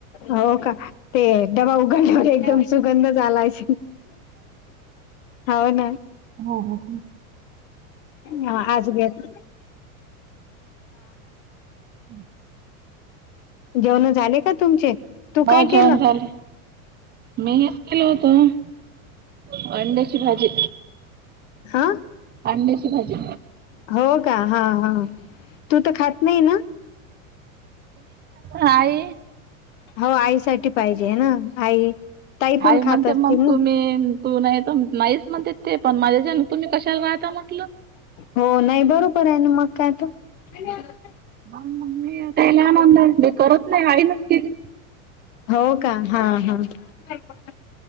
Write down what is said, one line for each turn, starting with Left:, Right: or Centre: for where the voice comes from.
Left: हो का ते डबा उघडल्यावर एकदम
Right: हा.
Left: सुगंध झालायची हो ना.
Right: हो हो हो.
Left: हा आज घेतलं
Right: हं
Left: जेवनं झाले का तुमचे? तू
Right: हो
Left: काय केलं
Right: जेवण झाले. मी हेच केलं होत अंड्याची भाजी
Left: हा
Right: अंड्याची भाजी
Left: हो का हा हा तू तर खात नाही ना.
Right: हाय.
Left: हो आई साठी पाहिजे हाय ना आई. ताई पण
Right: आई म्हणते
Left: खात असतील
Right: मग
Left: ना
Right: तुम्ही तू नाहीेत नाहीच म्हणते ते पण माझ्या तुम्ही कशाला राहता म्हटल.
Left: हो नाही बरोबर आहे ना मग काय तर
Right: म मी त्यायले आणुन द्यायले मी करत नाही आई नाच केली.
Left: हो का हा हा <unintelligible>